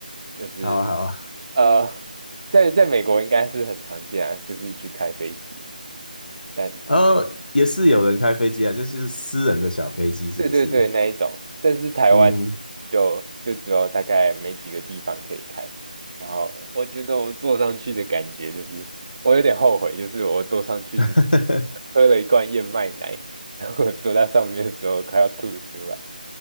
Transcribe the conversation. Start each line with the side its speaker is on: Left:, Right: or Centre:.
Right: 就是
Left: 好啊，好啊。
Right: 呃，在在美国应该是很常见啊，就是去开飞机，但
Left: 哦，也是有人开飞机啊，就是私人的小飞机，是不是？
Right: 对对对，那一种，但是台湾
Left: 嗯，
Right: 就就只有大概没几个地方可以开。然后我觉得我坐上去的感觉就是，我有点后悔，就是我坐上去之
Left: <laughs> 哈哈。
Right: 喝了一罐燕麦奶，然后我坐在上面的时候快要吐出来。